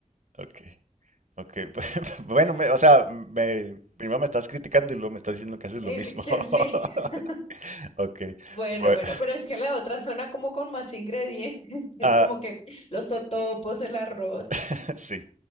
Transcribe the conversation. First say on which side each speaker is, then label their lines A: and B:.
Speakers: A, on the right; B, on the left.
A: Ok, ok. <laughs> Bueno,
B: Y,
A: me- o sea, me, primero me estás criticando y luego me estás diciendo que haces
B: eh,
A: lo mismo.
B: que
A: <laughs>
B: sí. <laughs>
A: Ok,
B: Bueno,
A: bueno.
B: bueno, pero es que la otra suena como con más ingredientes, <laughs> es
A: Ah,
B: como que los totopos, el arroz
A: <laughs> sí,